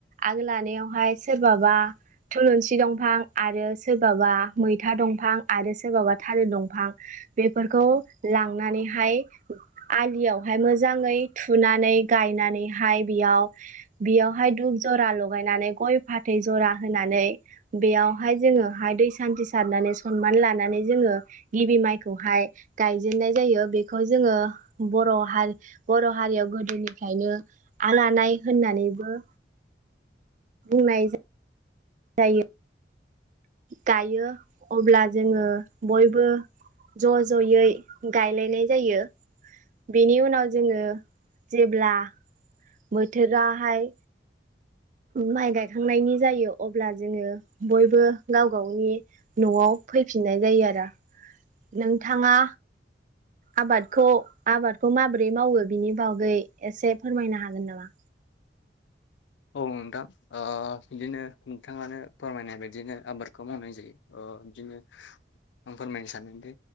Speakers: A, on the right; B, on the left.
A: आग लानायाव ओमफाय सोरबाबा थुलुंसि दंफां आरो सोरबाबा मैथा दंफां आरो सोरबाबा थालिर दंफां बेफोरखौ लांनानैहाय आलिआवहाय मोजांङै थुनानै गायनानैहाय बियाव बियावहाय दुप ज'रा ल'गायनानै गय फाथै जरा होनानै बेयावहाय जोङोहाय दै सान्थि सारनानै सनमान लानानै जोङो गिबि माइखौहाय गायजेननाय जायो बेखौ जोङो बर' हारि बर' हारियाव गोदोनिफ्रायनो आलानाय होननानैबो बुंनाय जायो जायो गायो अब्ला जोङो बयबो ज' ज'यै गायलायनाय जायो बेनि उनाव जोङो जेब्ला बोथोराहाय माइ गायखांनायनि जायो अब्ला जोङो बयबो गाव गावनि न'आव फैफिननाय जायो आरो। नोंथाङा आबादखौ आबादखौ माबोरै मावो बिनि बागै एसे फोरमायनो हागोन नामा?
B: औ नोंथां ओ बिदिनो नोंथाङानो फोरमायनाय बायदिनो आबादखौ मावनाय जायो ओ बिदिनो आं फोरमायनो सानोदि